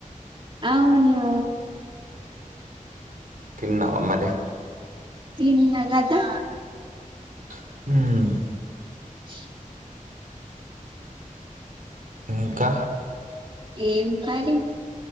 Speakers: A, on the right; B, on the right.
A: అవునూ
B: తిన్నావా మరి
A: తిన్నగదా
B: మ్
A: <unintelligible>
B: ఇంకా
A: ఏం కారం